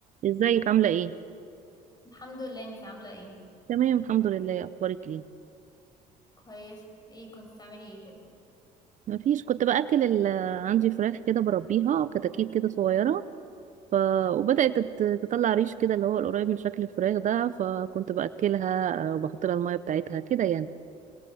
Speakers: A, on the right (about 45°); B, on the left (about 25°).
A: ازيك عاملة ايه؟
B: الحمد لله انتي عاملة ايه
A: تمام الحمد لله اخبارك ايه؟
B: كويس ايه كنت بتعملي ايه كده
A: مفيش كنت بأكل ال... عندي فراخ كده بربيها كتاكيت كده صغيرة ف... وبدأت تت- تطلع ريش كده اللي هو القريب من شكل الفراخ ده فكنت بأكلها وبحط لها المية بتاعتها كده يعني